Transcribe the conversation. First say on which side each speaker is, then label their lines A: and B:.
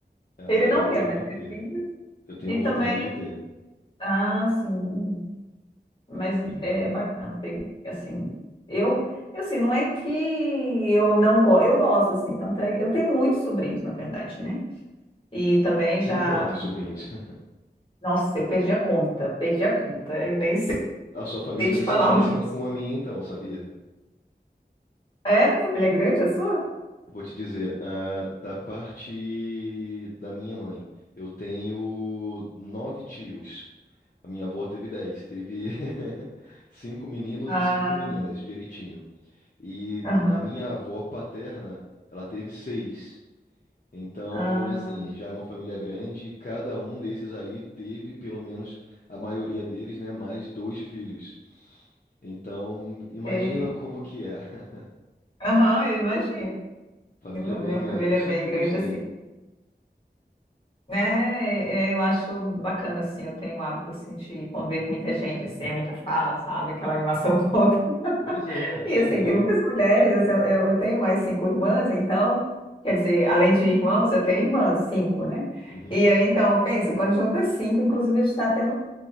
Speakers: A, on the left; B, on the left.
A: Ah,
B: Ele não
A: eu queria
B: quer mais
A: ter.
B: ter filhos,
A: Eu tenho
B: e
A: vontade
B: também,
A: de ter.
B: ah, sim, mas
A: Uhum.
B: é bacana ter, assim, eu, assim, não é que eu não gosto, eu gosto, assim, tanto é, eu tenho muitos sobrinhos, na verdade, né? E também já,
A: Tem quantos sobrinhos? <laughs>
B: nossa, eu perdi a conta, perdi a conta, eu nem sei
A: A sua família
B: <laughs>
A: deve
B: te falar
A: ser parecida
B: mais.
A: com a minha, então, sabia?
B: É? Família grande a sua?
A: Vou te dizer, ah, da parte da minha mãe, eu tenho nove tios. A minha avó teve dez, teve <laughs> cinco meninos
B: Ah,
A: e cinco meninas, direitinho. E
B: aham.
A: a minha avó paterna, ela teve seis. Então,
B: Ah,
A: assim, já é uma família grande. e Cada um desses aí teve, pelo menos a maioria deles, né, mais dois filhos. Então, imagina
B: é,
A: como que é. <laughs>
B: Aham, eu imagino.
A: Família
B: A
A: bem
B: minha família
A: grande. Eu sempre
B: é bem grande
A: gostei.
B: assim, né? É, Eu acho bacana, assim, eu tenho o hábito, assim, de conviver com muita gente, assim, é muita fala, sabe? Aquela animação toda. <laughs>
A: Pois é, pois
B: E, assim,
A: é.
B: tem muitas mulheres, assim, eu, eu tenho mais cinco irmãs, então, quer dizer, além de irmãos, eu tenho irmãs, cinco, né?
A: Uhum.
B: E aí, então, pensa, quando junta cinco, inclusive a gente está até